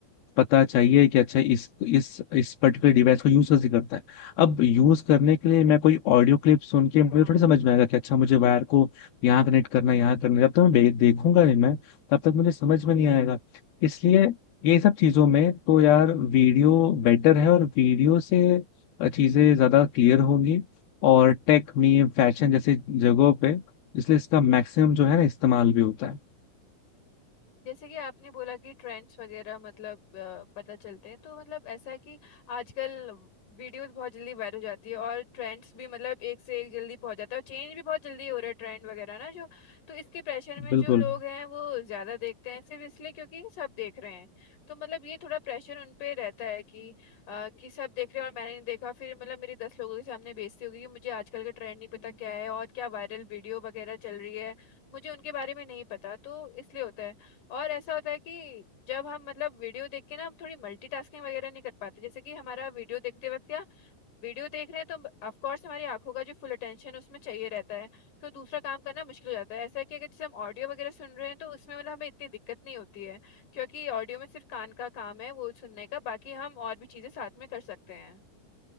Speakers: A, on the left (about 85°); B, on the left (about 55°).
A: पता चाहिए कि अच्छा इस इस इस पर्टिकुलर डिवाइस को यूज कैसे करता है अब यूज करने के लिए मैं कोई ऑडियो क्लिप सुन के मुझे
B: हाँ
A: थोड़ी समझ में आएगा कि अच्छा मुझे वायर को यहाँ कनेक्ट करना है यहाँ करना है जब तक मैं बे- देखूंगा नहीं मैं तब तक मुझे समझ में नहीं आएगा इसलिए ये सब चीजों में तो यार वीडियो बेटर है और वीडियो से चीजें ज्यादा क्लियर होंगी और टेक मीम फैशन जैसे जगहों पे इसलिए इसका मैक्सिमम जो है ना इस्तेमाल भी होता है
B: जैसे कि आपने बोला कि ट्रेंड्स वगैरह मतलब अ, पता चलते हैं तो मतलब ऐसा है कि आजकल वीडियोस बहुत जल्दी वायरल हो जाती है और ट्रेंड्स भी मतलब एक से एक जल्दी पहुंच जाता है और चेंज भी बहुत जल्दी हो रहा है ट्रेंड वगैरह ना जो तो इसके प्रेशर में
A: बिल्कुल
B: जो लोग हैं वो ज्यादा देखते हैं सिर्फ इसलिए क्योंकि सब देख रहे हैं तो मतलब ये थोड़ा प्रेशर उन पे रहता है कि अ, कि सब देख रहे हैं और मैंने नहीं देखा फिर मतलब मेरी दस लोगों के सामने बेइज्जती होगी कि मुझे आजकल का ट्रेंड नहीं पता क्या है और क्या वायरल वीडियो वगैरह चल रही है मुझे उनके बारे में नहीं पता तो इसलिए होता है और ऐसा होता है कि जब हम मतलब वीडियो देख के ना हम थोड़ी मल्टीटास्किंग वगैरह नहीं कर पाते जैसे कि हमारा वीडियो देखते वक्त क्या वीडियो देख रहे हैं तो ऑफ कोर्स हमारी आंखों का जो फुल अटेंशन उसमें चाहिए रहता है तो दूसरा काम करना मुश्किल हो जाता है ऐसा है कि अगर जैसे हम ऑडियो वगैरह सुन रहे हैं तो उसमें मतलब हमें इतनी दिक्कत नहीं होती है क्योंकि ऑडियो में सिर्फ कान का काम है वो सुनने का बाकी हम और भी चीजें साथ में कर सकते हैं